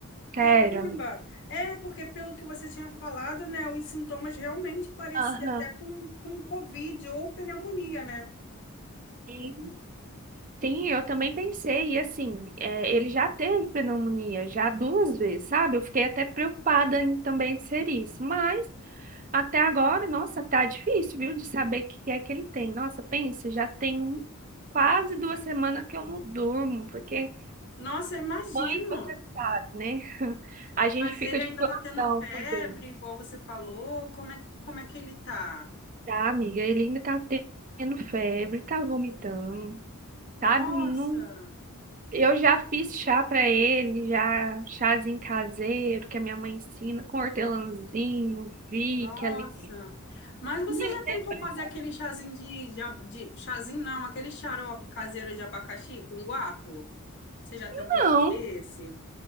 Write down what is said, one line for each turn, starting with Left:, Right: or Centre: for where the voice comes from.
Right: Sério,
Left: Caramba!
Right: amiga.
Left: É, porque pelo que você tinha falado, né, os sintomas realmente pareciam
Right: Aham.
Left: até com, com Covid ou pneumonia, né?
Right: Sim. Sim, eu também pensei, e assim, é, ele já teve pneumonia, já duas vezes, sabe? Eu fiquei até preocupada em também ser isso, mas até agora, nossa, tá difícil, viu, de saber o que é que ele tem. Nossa, pensa, já tem um- quase duas semanas que eu não durmo, porque
Left: Nossa, eu imagino.
Right: mãe, você sabe, né? <laughs> A gente
Left: Mas
Right: fica
Left: ele
Right: de
Left: ainda
Right: plantão
Left: tá tendo febre,
Right: cuidando,
Left: igual você falou. Como é, como é que ele tá?
Right: tá, amiga? Ele ainda tá tendo febre, tá vomitando, sabe?
Left: Nossa,
Right: não Eu já fiz chá para ele, já chazinho caseiro que a minha mãe ensina com hortelãzinho, Vick,
Left: nossa.
Right: ali.
Left: Mas você
Right: Menina,
Left: já tentou
Right: é impressionante.
Left: fazer aquele chazinho de, de, ab- de- chazinho não, aquele xarope caseiro de abacaxi com guapo? Você já tentou
Right: Não,
Left: fazer esse?